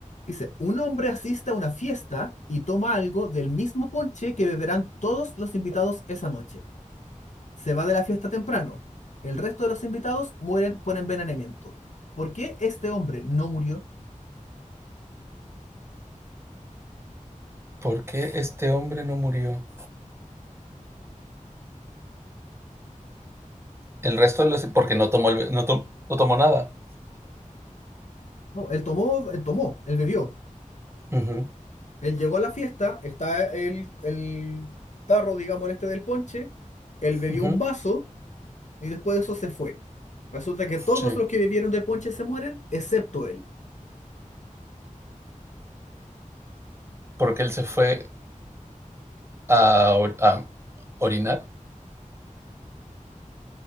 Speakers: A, on the left; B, on the right.
A: Dice, un hombre asiste a una fiesta y toma algo del mismo ponche que beberán todos los invitados esa noche. Se va de la fiesta temprano. El resto de los invitados mueren por envenenamiento. ¿Por qué este hombre no murió?
B: ¿Por qué este hombre no murió? El resto de los... Porque no tomó, el- no tom- no tomó nada.
A: No, él tomó, él tomó, él bebió.
B: Ujú,
A: Él llegó a la fiesta, está el, el tarro, digamos, este del ponche, él bebió
B: ujú,
A: un vaso y después de eso se fue. Resulta que
B: Sí.
A: todos los que bebieron del ponche se mueren, excepto él.
B: Porque él se fue a, or- a orinar.